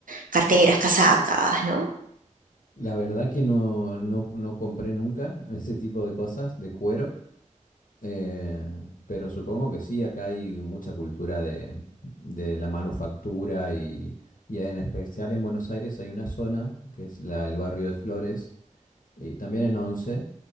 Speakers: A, on the right; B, on the left.
A: Carteras, casacas, ¿no?
B: La verdad que no, no, no compré nunca ese tipo de cosas de cuero, Eh, pero supongo que sí, acá hay mucha cultura de, de la manufactura y, y en especial en Buenos Aires hay una zona que es la, el barrio de Flores y también en Once,